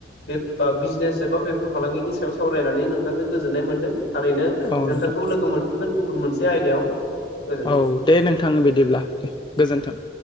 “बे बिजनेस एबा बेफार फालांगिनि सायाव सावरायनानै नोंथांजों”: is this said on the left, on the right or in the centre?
Left